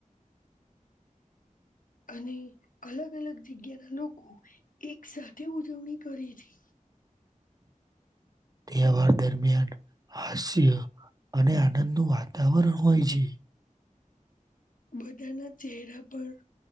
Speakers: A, on the left (about 75°); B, on the right (about 30°).
A: અને અલગ અલગ જગ્યાના લોકો એક સાથે ઉજવણી કરી છે
B: તહેવાર દરમિયાન હાસ્ય. અને આનંદનું વાતાવરણ હોય છે.
A: બધાના ચહેરા પણ